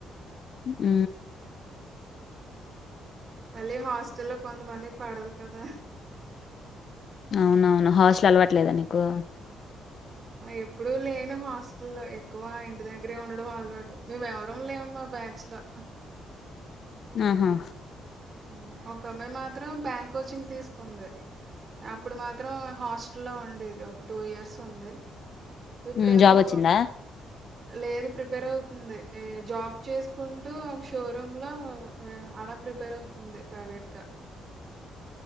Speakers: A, on the left; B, on the right.
A: ఉ
B: మళ్ళీ హాస్టల్లో కొంతమందికి పడదు కదా.
A: అవునవును హాస్టల్ అలవట్లేదా నీకు?
B: ఆ ఎప్పుడు లేను హాస్టల్లో ఎక్కువ ఇంటి దగ్గరే ఉండడం అలవాటు మేము ఎవరం లేమా బ్యాచ్లో.
A: ఆహా
B: ఉహ్ ఒక అమ్మాయి మాత్రం బ్యాంక్ కోచింగ్ తీసుకుంది అప్పుడు మాత్రం హాస్ట లో ఉండేది ఒక టూ ఇయర్స్ ఉంది ఇప్పుడేమో
A: ఉమ్, జాబ్ వచ్చిందా
B: లేదు ప్రిపేర్ అవుతుంది. ఏ జాబ్ చేసుకుంటూ ఒక షోరూమ్ లో అలా ప్రిపేర్ అవుతుంది ప్రైవేట్ గా